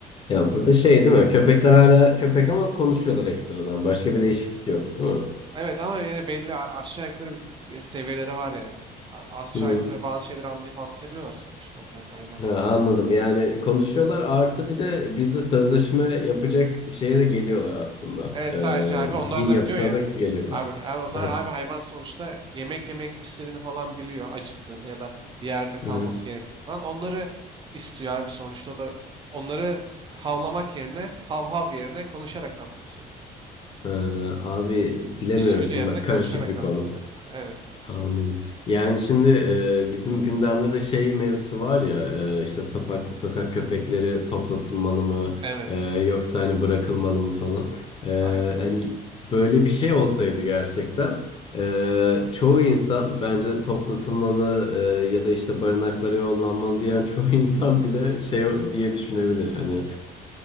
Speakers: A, on the left (about 30°); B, on the right (about 30°).
A: Ya burada şey değil mi? Köpekler hala köpek ama konuşuyorlar ekstradan. Başka bir değişiklik yok, değil mi?
B: Evet ama yine belli a- aşağı yukarı bir e, seviyeleri var yani. A- Aşağı
A: Hı.
B: yukarı bazı şeyleri anlayıp anlatabiliyorlar sonuçta onlar da hayvan.
A: Ha, anladım. Yani konuşuyorlar artı bir de bizde sözleşme yapacak şeye de geliyorlar aslında.
B: Evet sadece abi
A: Ee, zihin
B: onlar da
A: yapısına
B: biliyor ya.
A: da geliyorlar.
B: Abi, abi onlar
A: Hı hı.
B: abi hayvan sonuçta yemek yemek istediğini falan biliyor acıktığını ya da bir yerde kalması
A: Hı hı.
B: gerektiğini falan. Onları istiyor abi sonuçta o da onları s- havlamak yerine hav hav yerine konuşarak anlatıyor.
A: Ee, abi bilemiyorum
B: İçgüdü
A: şimdi
B: yerine
A: bak
B: konuşarak
A: karışık bir
B: anlatıyor.
A: konu.
B: Evet.
A: Anladım. Yani şimdi e, bizim gündemde de şey mevzusu var ya e, işte sokak sokak köpekleri toplatılmalı mı
B: Evet.
A: e, yoksa hani bırakılmalı mı falan. E,
B: Aynen.
A: hani böyle bir şey olsaydı gerçekten e, çoğu insan bence toplatılmalı e, ya da işte barınaklara yollanmalı diyen çoğu <laughs> insan bile şey diye düşünebilir. Hani